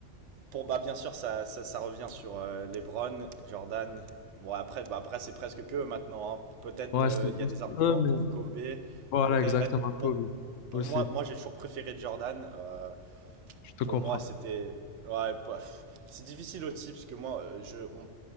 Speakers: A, on the right; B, on the left.
A: Bon, bah, bien sûr, ça, ça, ça revient sur euh, LeBron, Jordan. Bon, après, bah, après c'est presque que eux maintenant. hein. Peut-être
B: Ouais,
A: euh,
B: c'est
A: il y
B: juste
A: a des arguments
B: eux, mais
A: pour Kobe.
B: voilà,
A: Peut-être
B: exactement, Kobe
A: pour, pour
B: aussi,
A: moi, moi j'ai toujours préféré Jordan. Euh,
B: je te
A: pour
B: comprends.
A: moi, c'était. Ouais, bah, pff, c'est difficile aussi parce que moi, euh, je, on-